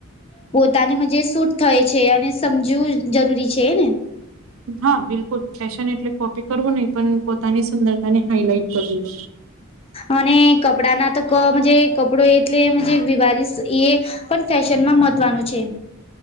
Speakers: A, on the left; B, on the right.
A: પોતાની મજ સૂટ થાય. છે અને સમજવું જરૂરી છે ને?
B: હા બિલકુલ, ફેશન એટલે કોપી કરવું નહી પણ પોતાની સુંદરતા ને હાઈલાઈટ કરવું.
A: અને કપડા ના તો ક કપડો એટલે મજે વિવાઇશ એ પણ ફેશન માં મહત્વનું છે.